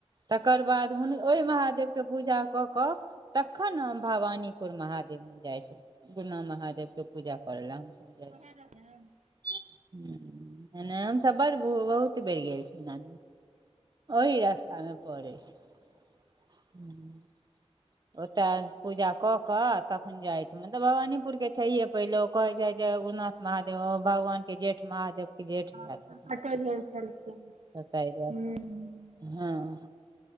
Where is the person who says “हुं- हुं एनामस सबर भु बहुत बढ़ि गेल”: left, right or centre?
Right